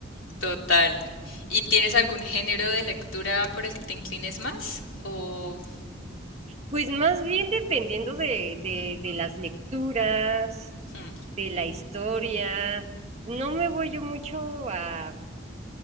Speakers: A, on the left; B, on the right.
A: total. ¿Y tienes algún género de lectura por el que te inclines más? O,
B: Pues más bien dependiendo de, de, de las lecturas,
A: hmm,
B: de la historia, no me voy yo mucho a